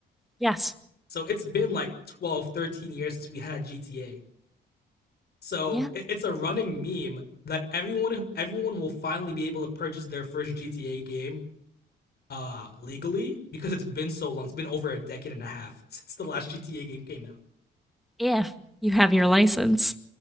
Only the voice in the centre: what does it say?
yes.
Yeah,
if you have your license.